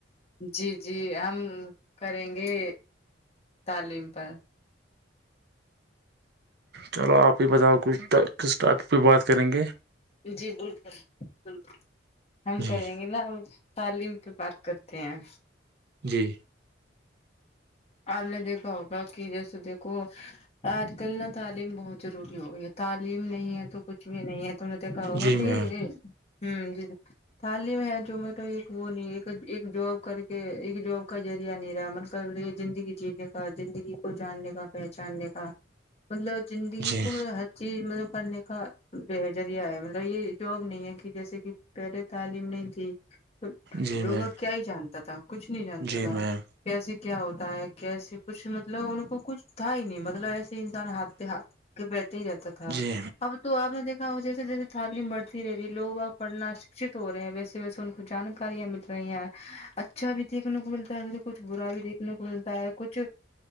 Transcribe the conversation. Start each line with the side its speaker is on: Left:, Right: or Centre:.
Left: جی جی ہم کریں گے تعلیم پر
Right: چلو آپ ہی بتاؤ کچھ ٹا کس ٹاپک پے بات کریں گے
Left: جی بالکل بالکل ہم
Right: جی
Left: کریں گے نا ہم تعلیم پے بات کرتے ہیں
Right: جی
Left: آپ نے دیکھا ہوگا کہ جیسے دیکھو آج کل نا تعلیم بہت ضروری ہو گئی ہے تعلیم نہیں ہے تو کچھ بھی نہیں ہے نے دیکھا ہوگا
Right: جی
Left: کہ
Right: میم
Left: ہمم تعلیم ہے جو مطلب ایک وہ نہیں ایک ایک جاب کر کے ایک جاب کا ذریعہ نہیں رہا مطلب یہ زندگی جینے کا زندگی کو جاننے کا پہچاننے کا مطلب زندگی
Right: جی
Left: کو مطلب ہر چیز مطلب پڑھنے کا یہ ہے ذریعہ ہے مطلب یہ جاب نہیں ہے کہ جیسے کہ پہلے تعلیم نہیں تھی تو
Right: جی
Left: لوگوں
Right: میم
Left: کیا ہی جانتا تھا کچھ نہیں جانتا
Right: جی
Left: تھا
Right: میم
Left: کیسے کیا ہوتا کیسے کچھ مطلب ان کو کچھ تھا ہی نہیں مطلب ایسے انسان ہاتھ پہ ہاتھ رکھ کے بیٹھے ہی رہتا تھا
Right: جی
Left: اب تو تو آپ نے دیکھا ہو جیسے جیسے تعلیم بڑھتی رہ رہی ہےلوگ اب پڑھنا سکشھت ہو رہے ہیں ویسے ویسے ان کو جانکاریاں ملتی نہیں اچھا بھی دیکھنے کو ملتا ہے کبھی کچھ برا بھی دیکھ سننے کو ملتا ہے کچھ